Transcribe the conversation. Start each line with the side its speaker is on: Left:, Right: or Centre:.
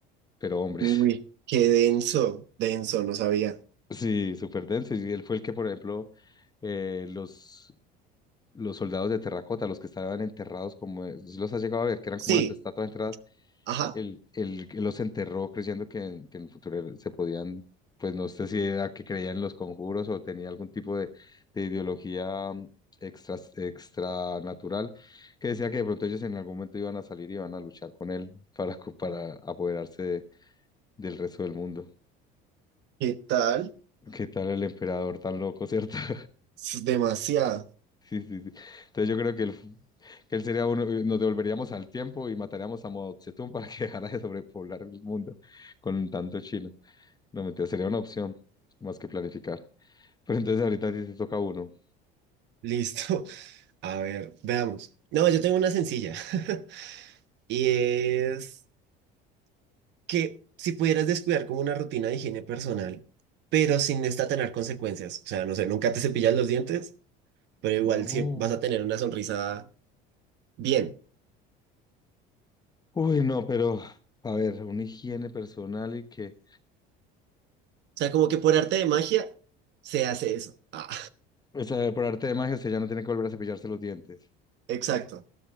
Left: pero hombres.
Right: uy,
Left: <laughs>
Right: qué denso, denso, no sabía.
Left: Sí, súper denso. Y él fue el que, por ejemplo, eh, los, los soldados de terracota, los que estaban enterrados, como si los has llegado a ver, que eran
Right: Sí,
Left: como unas estatuas enterradas,
Right: ajá,
Left: Él, él- él los enterró creyendo que, que en el futuro se podían, pues no sé si era que creía en los conjuros o tenía algún tipo de, de ideología mm, extra, extranatural, que decía que de pronto ellos en algún momento iban a salir y iban a luchar con él para, co- para apoderarse de- del resto del mundo.
Right: ¿qué tal?
Left: ¿Qué tal el emperador tan loco, cierto? <laughs>
Right: Es Demasiado.
Left: Sí, sí, sí. Entonces yo creo que él, que él sería uno, nos devolveríamos al tiempo y mataríamos a Mao Zedong para que <laughs> dejara de sobrepoblar el mundo con tanto chino. No, mentira, sería una opción, más que planificar. Pero entonces ahorita a ti te toca uno.
Right: Listo. <laughs> A ver, veamos. No, yo tengo una sencilla. <laughs> Y es que si pudieras descuidar como una rutina de higiene personal, pero sin esta tener consecuencias. O sea, no sé, nunca te cepillas los dientes, pero igual
Left: No.
Right: siempre vas a tener una sonrisa bien.
Left: Uy, no, pero a ver, una higiene personal y que...
Right: sea, como que por arte de magia se hace eso. Ah,
Left: O sea, por arte de magia, usted ya no tiene que volver a cepillarse los dientes.
Right: exacto.